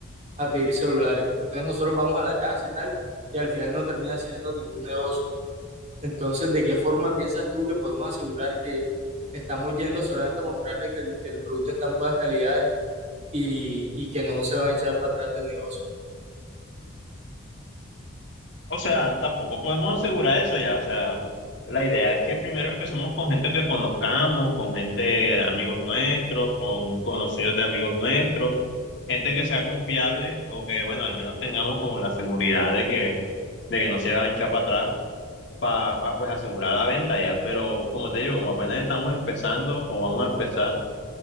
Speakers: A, on the right (about 35°); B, on the left (about 60°).
A: a pedir celulares. Entonces nosotros vamos a la casa y tal, y al final no termina haciendo ningún negocio. Entonces, ¿de qué forma piensas tú que podemos asegurar que estamos yendo solamente a mostrarle que el, el producto está en buenas calidades y, y que no se van a echar para atrás del negocio?
B: O sea, tampoco podemos asegurar eso ya. O sea, la idea es que primero empecemos con gente que conozcamos, con gente, amigos nuestros, con conocidos de amigos nuestros, gente que sea confiable o que, bueno, al menos tengamos como la seguridad de que, de que no se van a echar para atrás para, pues asegurar la venta ya. Pero como te digo, como apenas estamos empezando o vamos a empezar,